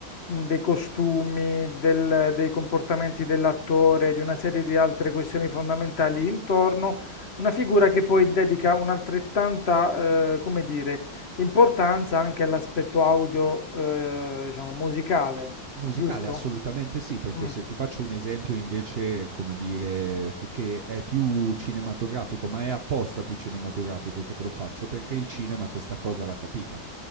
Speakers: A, on the left; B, on the right.
A: mh, dei costumi, del- dei comportamenti dell'attore, di una serie di altre questioni fondamentali intorno, una figura che poi dedica un'altrettanta, eh, come dire, importanza anche all'aspetto audio, eh, diciamo, musicale,
B: Musicale
A: giusto?
B: assolutamente sì, perché
A: Mm,
B: se ti faccio un esempio invece, come dire, che è più cinematografico, ma è apposta più cinematografico che te lo faccio, perché il cinema questa cosa l'ha capita.